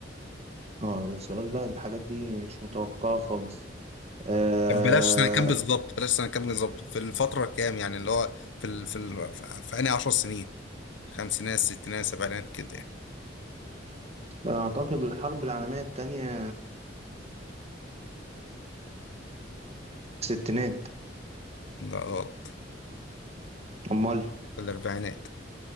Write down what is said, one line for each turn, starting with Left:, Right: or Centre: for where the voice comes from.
Right: اه السؤال بقى الحاجات دي مش متوقعة خالص آه...
Left: طب بلاش بلاش سنه كام سنة بالظبط بلاش سنه كام بالظبط في الفتره كام يعني اللي هو في ال... في ال... في في انهي 10 سنين خمسينات ستينات سبعينات كده يعني.
Right: أعتقد الحرب العالمية التانية ستينات
Left: لا غلط
Right: أمال
Left: في الاربعينات